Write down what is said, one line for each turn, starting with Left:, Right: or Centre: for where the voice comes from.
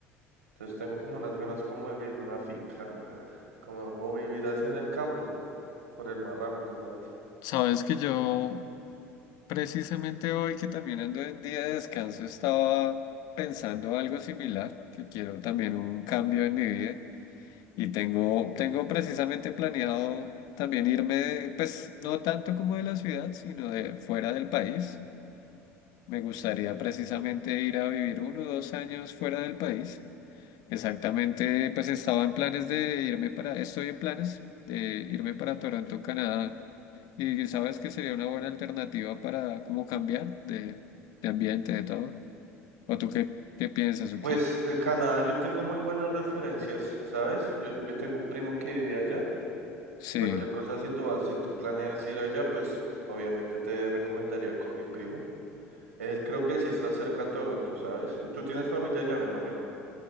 Right: Entonces tengo como unas ganas como de irme a una finca, brother. Como, o vivir así en el campo, por el marrano, tú sabes.
Left: Sabes que yo precisamente hoy que también ando en día de descanso estaba pensando algo similar, que quiero también un cambio en mi vida y tengo, tengo precisamente planeado también irme, de- pues no tanto como de la ciudad, sino de fuera del país. Me gustaría precisamente ir a vivir uno o dos años fuera del país. Exactamente, pues estaba en planes de irme para, estoy en planes de irme para Toronto, Canadá, y sabes que sería una buena alternativa para como cambiar de, de ambiente, de todo. ¿O tú qué, qué piensas o
Right: Pues
Left: qué?
Right: eh, Canadá, yo tengo muy buenas referencias, ¿sabes? Yo te- tengo un primo que vive allá.
Left: Sí,
Right: Cualquier cosa, si tú vas, si tú planeas ir allá, pues obviamente te recomendaría con mi primo. Él creo que sí está cerca a Toronto, ¿sabes? Y tú tienes familia allá, me imagino.